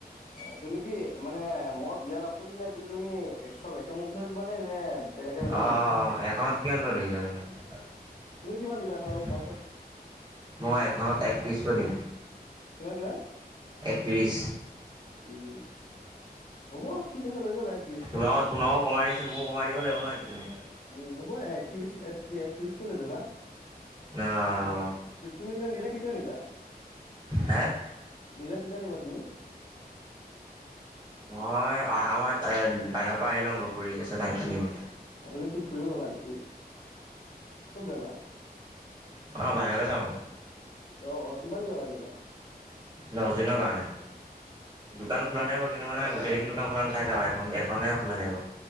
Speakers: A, on the left (about 55°); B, on the right (about 25°).
A: অ তুমি কি মানে মই দিয়াত আপত্তি নাই কিন্তু তুমি একশব একে মুখতে মানে নে বেলেগে বেলেগে
B: অ
A: নিবা
B: এখনত কিমান কৰি দেৰিছা তুমি
A: কিমান দিবা এখন মোক কোৱাচোন
B: মই এখনত এক পিছ কৈ থীম
A: তোমাৰ কিমান
B: একত্ৰিছ
A: ত্ৰিশ হ'ব ঠিক আছে লৈ যাবা এক ত্ৰিশকে
B: তোমাক তোমাকো কমাই দিছো ময়ো কমাই দিব লাগিব নহয় এইটো তুমি
A: উম হ'ব এক ত্ৰিশ এক এক ত্ৰিশকে লৈ যাবা
B: অহ হ'ব
A: তুমি এয়া নীলা কেতিয়া নিবা
B: হে
A: নিজাক কেতিয়া নিবা তুমি
B: মই আহ আমাৰ বাহিৰৰ পৰা আহি লওঁ ঘুৰি তাৰপিছত আনিম
A: অ তুমি কি ফুৰিব যাবা নানকি ক'ত যাবা?
B: অ বাহিৰলে যাওঁ অলপ
A: অ অ কিমান দিন লগাকে যাবা
B: দহ দিনৰ কাৰণে দোকান খোলা
A: অ
B: থাকিব কিন্তু মানে গোটেইখিনি দোকান খোলা নাথাকে আৰু এ এনে খোলা থাকিব।